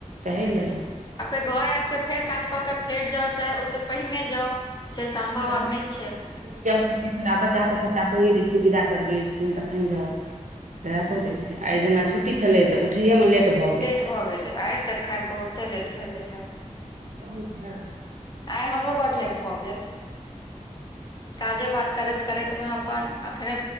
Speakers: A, on the right; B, on the left.
A: टहैल लेलौ
B: आ फेर घर आबि कऽ फेर काज कऽ के फेर जाउ चाहे ओहिस पहिने जाउ से सम्भव
A: पहिने
B: आब नय छै
A: पहिने गेलखिन सि तोरा बच्चाे सभटा कयै दै छियै विदा करबै इसकुल तखन जाउ सैह बुझैछय छै आइ जेना छुट्टी छलै तऽ उठैएमे लेट भऽ गेल
B: भऽ गेलै आइ तक खैर बहुते लेट भेले हे
A: हत हँ <unintelligible>
B: आइ हमरो बड लेट भऽ गेल काजे बात करैत करैत मे अपन अखने